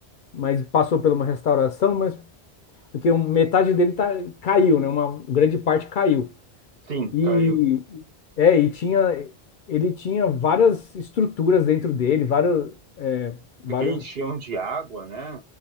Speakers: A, on the left; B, on the right.
A: mas passou por uma restauração, mas porque um- metade dele tá, caiu, né? Uma grande parte caiu.
B: Sim,
A: E
B: caiu.
A: é, e tinha ele tinha várias estruturas dentro dele, vários é, vários
B: Porque enchiam de água, né?